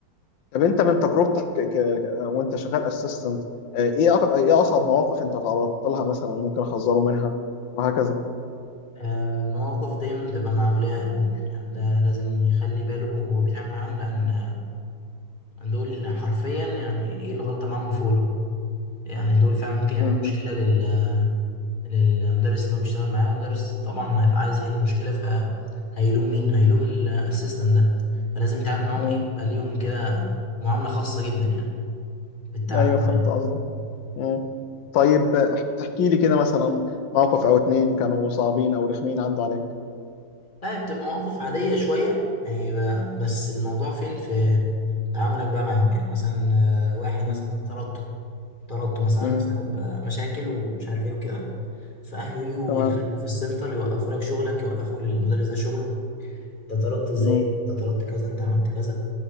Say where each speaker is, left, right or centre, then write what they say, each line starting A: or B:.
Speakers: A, on the left; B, on the left.
A: طب انت من تجربتك ك... ك... وانت شغال اسيستنت ايه أق... ايه اصعب مواقف انت تعرضت لها مثلا أنا ممكن احذره منها وهكذا
B: آه، مواقف دايما بتبقى مع أولياء الأمور يعني ده لازم يخلي باله وهو بيتعامل معاهم لأن آه، دول حرفيا يعني إيه الغلطة معاهم فورة يعني دول فعلا ممكن يعملوا
A: م-
B: مشكلة لل... للمدرس إن هو بيشتغل معاه والمدرس طبعا هيبقى عايز يحل المشكلة فهيلوم مين؟ هيلوم الأسيستنت ده فلازم يتعامل معاهم
A: م-
B: إيه بيبقى ليهم كده معاملة خاصة جدا يعني في التعامل
A: م. ايوه فهمت
B: معاهم
A: قصدك م. طيب اح- احكي لي كده مثلا موقف او اتنين كانوا صعبين او رخمين عدوا عليك
B: لا بتبقى مواقف عادية شوية يعني ب... بس الموضوع فين في تعاملك بقى معاهم يعني مثلا آه، واحد مثلا
A: م.
B: طردته طردته مثلا
A: م.
B: بسبب آه، مشاكل ومش عارف ايه وكده فاهله يجوا
A: تمام
B: يتخانقوا في السنتر يوقفوا لك شغلك يوقفوا للمدرس ده شغله انت طردت ازاي
A: م.
B: انت طردت كذا انت عملت كذا